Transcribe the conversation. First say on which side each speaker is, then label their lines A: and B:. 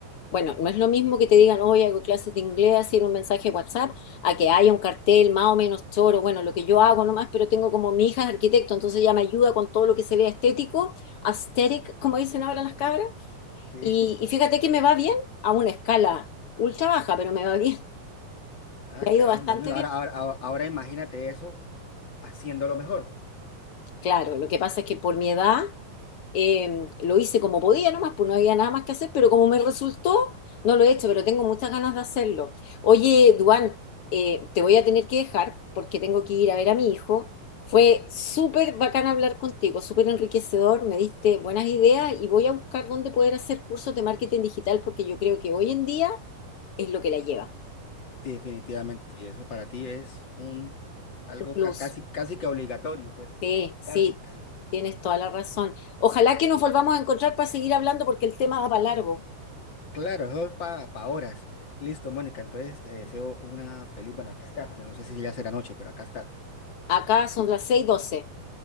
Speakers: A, on the left (about 75°); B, on the left (about 35°).
A: bueno, no es lo mismo que te digan, hoy hago clases de inglés así en un mensaje de WhatsApp, a que haya un cartel más o menos choro, bueno, lo que yo hago nomás, pero tengo como mi hija es arquitecto, entonces ella me ayuda con todo lo que se vea estético, aesthetic, como dicen ahora las cabras.
B: Sí.
A: Y,
B: <laughs>
A: y fíjate que me va bien a una escala ultra baja, pero me va bien, <laughs>
B: Ah,
A: me ha
B: caramba.
A: ido bastante
B: no,
A: bien.
B: ahora, ahora, ahora ahora imagínate eso haciéndolo mejor.
A: Claro, lo que pasa es que por mi edad eh, lo hice como podía nomás, pues no había nada más que hacer, pero como me resultó, no lo he hecho, pero tengo muchas ganas de hacerlo. Oye, Duan, eh, te voy a tener que dejar porque tengo que ir a ver a mi hijo. Fue súper bacán hablar contigo, súper enriquecedor, me diste buenas ideas y voy a buscar dónde poder hacer cursos de marketing digital porque yo creo que hoy en día es lo que la lleva.
B: Sí, definitivamente. Y eso para ti es un algo
A: Un plus.
B: ca- casi, casi que obligatorio, pues.
A: Sí, sí,
B: Casi, casi.
A: tienes toda la razón. Ojalá que nos volvamos a encontrar para seguir hablando porque el tema da para largo.
B: Claro, eso es para horas. Listo, Mónica. Entonces te deseo una feliz. Bueno, acá es tarde. No sé si ya será noche, pero acá es tarde.
A: Acá son las seis doce.